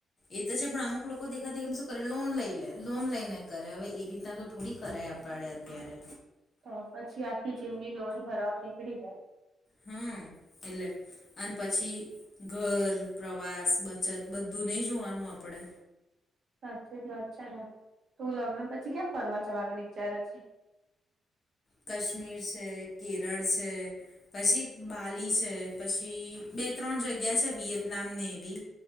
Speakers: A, on the left; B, on the right.
A: એ તો છે પણ અમુક લોકો દેખા દે કે શું કરે લોન લઈ લે લોન લઈને કરે હવે એ રીતના તો થોડી કરાય પડે અત્યારે
B: તો પછી આખી જિંદગી લોન ભરવા નીકળી જાય
A: હમ એટલે અને પછી ઘર પ્રવાસ બચત બધું નહી જોવાનું આપડે
B: સાચી જ વાત છે તું લગ્ન પછી કે્યામ ફરવા જવાનું વિચારે છે
A: કશ્મીર છે કેરળ છે પછી બાલી છે પછી બે ત્રણ જગ્યા છે વિયેતનામને એવી